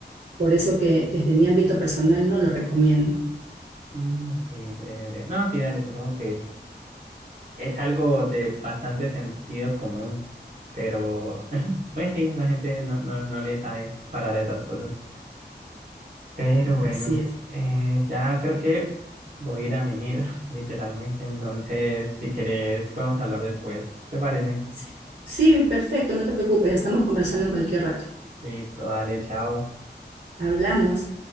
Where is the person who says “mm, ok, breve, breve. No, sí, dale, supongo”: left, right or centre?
Right